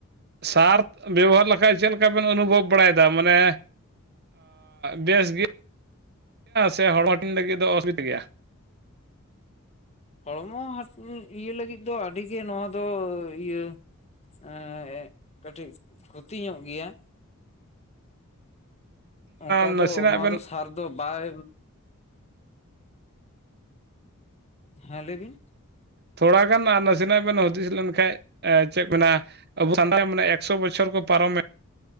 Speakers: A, on the right; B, on the left.
A: ᱥᱟᱨᱛ ᱵᱮᱵᱚ ᱦᱟᱨ ᱞᱮᱠᱷᱟᱡ ᱪᱮᱫ ᱞᱮᱠᱟ ᱵᱮᱱ ᱚᱱᱩ ᱵᱷᱚᱵ ᱵᱟᱲᱟ ᱭᱮᱫᱟ ᱢᱟᱱᱮ, ᱵᱮᱥ ᱜᱮ ᱥᱮ ᱦᱚᱲ ᱦᱟᱹᱴᱤᱧ ᱞᱟᱹᱜᱤᱫ ᱫᱚ ᱚᱥᱩ ᱵᱤᱫᱟ ᱜᱮᱭᱟ?
B: ᱦᱚᱲ ᱢᱚ ᱦᱟᱥ ᱤᱭᱟᱹ ᱞᱟᱹᱜᱤᱫ ᱫᱚ ᱟᱹᱰᱤ ᱜᱮᱮ ᱱᱚᱣᱟ ᱫᱚ ᱤᱭᱟᱹ, ᱮᱸ ᱠᱟᱹᱴᱤᱡ ᱠᱷᱚᱛᱤ ᱧᱚᱜ ᱜᱮᱭᱟ, ᱚᱝᱠᱟ
A: ᱱᱟᱥᱮᱱᱟᱜ
B: ᱫᱚ ᱱᱚᱣᱟ
A: ᱵᱮᱱ
B: ᱫᱚ ᱥᱟᱨ ᱫᱚ ᱵᱟᱭ, ᱦᱮᱸ ᱞᱟᱹᱭ ᱵᱤᱱ?
A: ᱛᱷᱚᱲᱟ ᱜᱟᱱ ᱟᱨ ᱱᱟᱥᱮᱱᱟᱜ ᱵᱮᱱ ᱦᱩᱫᱤᱥ ᱞᱮᱱᱠᱟᱱᱡ ᱪᱮᱫ ᱵᱮᱱᱟ ᱟᱵᱚ ᱥᱟᱱᱛᱟᱲ ᱢᱟᱱᱮ ᱮᱠᱥᱚ ᱵᱚᱪᱷᱚᱨ ᱠᱚ ᱯᱟᱨᱚᱢᱮᱫ